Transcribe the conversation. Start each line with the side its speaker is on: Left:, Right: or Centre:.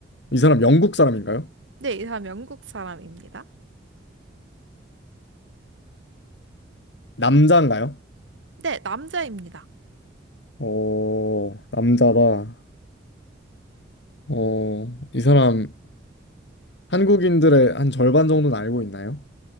Left: 이 사람 영국 사람인가요?
Right: 네, 이 사람 영국 사람입니다.
Left: 남자인가요?
Right: 네, 남자입니다.
Left: 오, 남자다. 어, 이 사람 한국인들의 한 절반 정도는 알고 있나요?